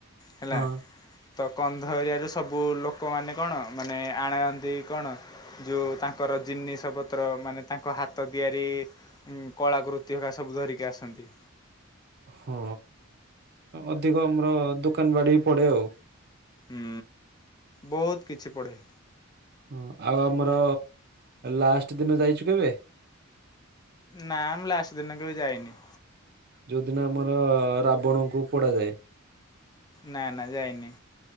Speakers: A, on the left; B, on the right.
A: ହେଲା
B: ହଁ।
A: ତ କନ୍ଧ ଏରିଆରେ ସବୁ ଲୋକମାନେ କଣ ମାନେ ଆଣନ୍ତି ଦେଇ କଣ ଯୋଉ ତାଙ୍କର ଜିନିଷ ପତ୍ର। ଜିନିଷପତ୍ର ମାନେ ତାଙ୍କ ହାତ ତିଆରି, କଳାକୃତି ହେରିକା ସବୁ ଧରିକି ଆସନ୍ତି।
B: ହଁ ଅଧିକ ଆମର ଦୋକାନ ବାଡ଼ି ପଡ଼େ ଆଉ?
A: ହଁ, ବହୁତ କିଛି ପଢ଼େ।
B: ହଁ।? ଆଉ ଆମର ଲାଷ୍ଟ ଦିନ ଯାଇଛୁ କେବେ
A: ନା ମୁଁ ଲାଷ୍ଟ ଦିନ କେବେ। ଯାଇନି
B: ଯୋଉଦିନ ଆମର ରାବଣଙ୍କୁ ପୋଡା ଯାଏ।
A: ନା ନା ଯାଇନି।